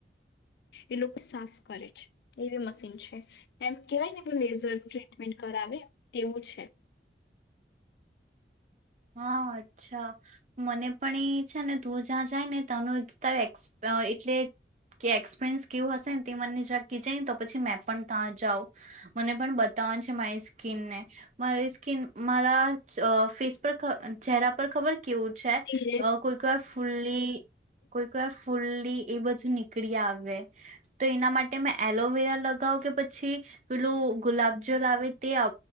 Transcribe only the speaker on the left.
એ લોકો સાફ કરે છે એવી મશીન છે એમ કેવાય ને લેઝર ટ્રીટમેન્ટ કરાવે તેવું છે.
ધીરે